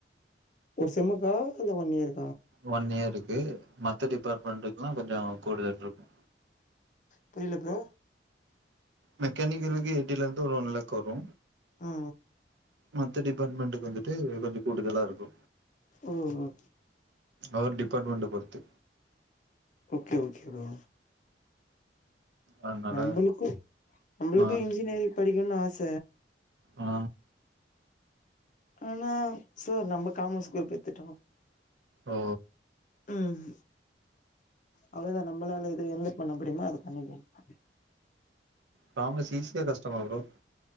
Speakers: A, on the left; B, on the right.
A: ஒரு செம்க்கா இல்ல ஒன் இயரு
B: ஒன் இயர்ருக்கு மத்த டிபார்ட்மெண்ட்க்குல்லா கொஞ்சோ கூடுதல் இருக்கு
A: புரியல ப்ரோ
B: மெக்கானிக்கலுக்கு எய்ட்டில இருந்து ஒரு ஒன் லேக் வரு
A: ஆ
B: மத்த டிபார்ட்மெண்ட்டுக்கு வந்துட்டு கொஞ்சோ கூடுதலா இருக்கு
A: ம் ம்
B: அவர் டிபார்ட்மெண்ட்ட பொறுத்து
A: ஓகே ஓகே ப்ரோ
B: அதனால
A: நம்பளுக்கு நம்பளுக்கு
B: ஆ
A: இன்ஜினியரிங் படிக்கணும்னு ஆச
B: ஆ
A: ஆனா சோ நம்ம காமஸ் க்ரூப் எத்துட்டோ
B: ஓ
A: ம் அவ்ளதா நம்பளால இது எந்த பண்ண முடியுமோ அது பண்ணிக்க வேண்டிதா
B: காமஸ் ஈஸியா கஷ்டமா bro